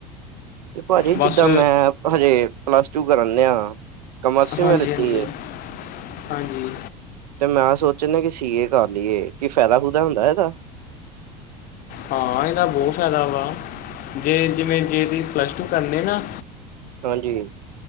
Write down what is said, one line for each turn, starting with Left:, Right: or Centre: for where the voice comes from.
Right: ਤੇ ਭਾਜੀ
Left: ਬਸ
Right: ਜਿੱਦਾਂ ਮੈਂ ਹਜੇ ਪਲੱਸ ਟੂ ਕਰਨ ਡੇਆ। ਕਮਰਸ ਮੈ
Left: ਹਾਂਜੀ
Right: ਲਿਤੀ
Left: ਹਾਂਜੀ
Right: ਹੈ।
Left: ਹਾਂਜੀ
Right: ਤੇ ਮੈਂ ਸੋਚਨ ਡਿਆ ਕਿ ਸੀ ਏ ਕਰ ਲਈਏ ਕੀ ਫਾਇਦਾ ਫੂਦਾ ਹੁੰਦਾ ਏਦਾ?
Left: ਹਾਂ ਇਹਦਾ ਬਹੋਤ ਫਾਇਦਾ ਵਾ ਜੇ ਜਿਵੇਂ ਜੇ ਤੁਸੀਂ ਪਲੱਸ ਟੂ ਕਰਨੀ ਨਾ।
Right: ਹਾਂਜੀ।